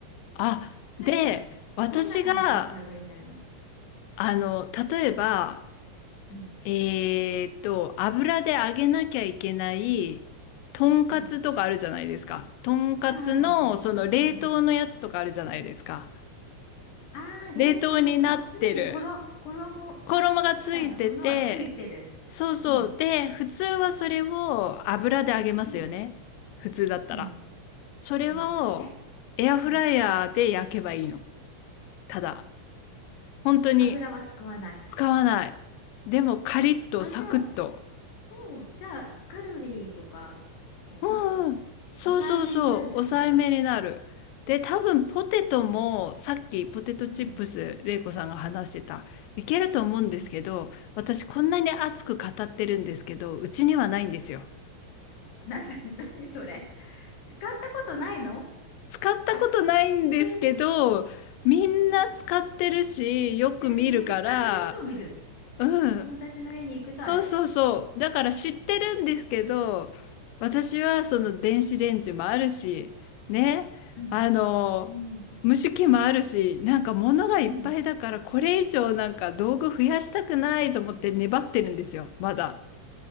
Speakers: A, on the left (about 90°); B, on the left (about 55°).
A: あ、
B: それは違う。
A: で、私が、
B: どんな感じの仕上がりになるの
A: あの、例えば、
B: うん。
A: えーっと、油で揚げなきゃいけない、とんかつとかあるじゃないですか。
B: うん。
A: とんかつの、
B: ああ、あるね。
A: その冷凍のやつとかあるじゃないですか。
B: うんうんうん。ああ、冷凍のやつ。
A: 冷凍になってる。
B: もうすでに衣、衣、
A: 衣がついてて、
B: パン粉みたいなものはついてる。
A: そうそう。
B: うん。
A: で、普通はそれを油で揚げますよね。
B: うん。
A: 普通だったら。
B: うん。
A: それをエアフライヤーで焼けばいいの。
B: 普通だったらね。うん。
A: ただ、本当に
B: 油は使わない。
A: 使わない。でもカリッとサクッと。
B: あ、じゃあ、すおう、じゃあ、カロリーとか、もうちょっと、
A: うんうん。そうそうそう。
B: 抑えめになるってことだ。
A: 抑えめになる。で、多分ポテトもさっきポテトチップス、
B: うん。
A: れいこさんが話してた。いけると思うんですけど、
B: うん。
A: 私こんなに熱く語ってるんですけど、うちにはないんですよ。
B: なんで、<laughs> なにそれ。使ったことないの
A: 使ったことないんですけど、
B: あ、知ってる。
A: みんな使ってるし、
B: うん
A: よく見るから、
B: てるのは、使ってる人を見る。
A: うん。
B: 友達の家に行くとある。
A: そうそうそう。だから知ってるんですけど、私はその電子レンジもあるし、ね。
B: うん。
A: あの、
B: うん。
A: 蒸し器もあるし、なんか物がいっぱいだから、
B: うん。
A: これ以上なんか道具増やしたくないと思って粘ってるんですよ、まだ。